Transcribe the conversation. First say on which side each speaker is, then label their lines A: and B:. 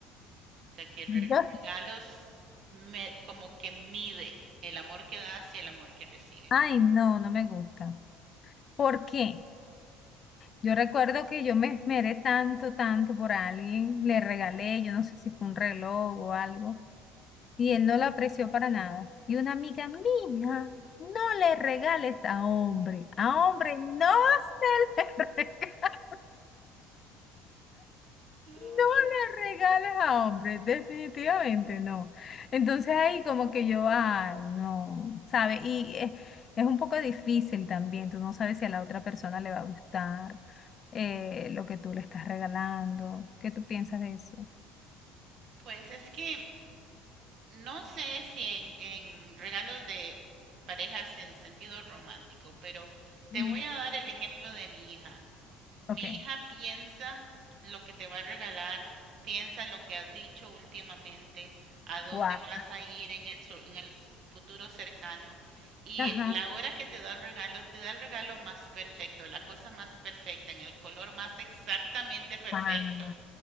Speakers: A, on the right; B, on the left.
A: O sea que re-
B: Yo-
A: regalos me- como que mide el amor que das y el amor que recibes.
B: Ay, no, no me gusta. ¿Por qué? Yo recuerdo que yo me esmeré tanto, tanto por alguien, le regalé, yo no sé si fue un reloj o algo, Y él no la apreció para nada. Y una amiga mía, no le regales a hombre. A hombre no se le <laughs> regala.
A: Ah,
B: No le regales a hombre, definitivamente no. Entonces ahí como que yo, ay, no, ¿sabe? Y es, es un poco difícil también, tú no sabes si a la otra persona le va a gustar eh, lo que tú le estás regalando. ¿Qué tú piensas de eso?
A: Pues es que No sé si en, en regalos de parejas en sentido romántico, pero te
B: Mm.
A: voy a dar el ejemplo de mi hija. Mi
B: Ok.
A: hija piensa lo que te va a regalar, piensa lo que has dicho últimamente, a dónde
B: Wow.
A: vas a ir en el, su- en el futuro cercano. Y
B: Ajá.
A: eh, la hora que te da un regalo, te da el regalo más perfecto, la cosa más perfecta, en el color más exactamente perfecto,
B: Ah,